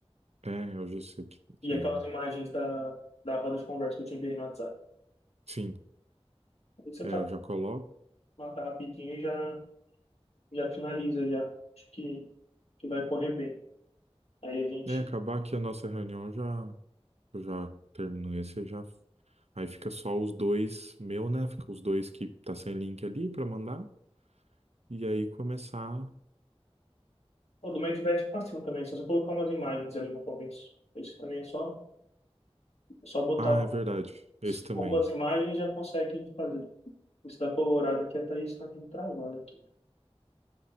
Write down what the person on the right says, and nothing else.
É, eu já sei que,
que...
Sim,
é,
eu já coloco.
É, acabar aqui a nossa reunião eu já, eu já termino esse, eu já. Aí fica só os dois meu, né? Fica os dois que tá sem link ali pra mandar e aí começar.
Ah,
é verdade. Esse também.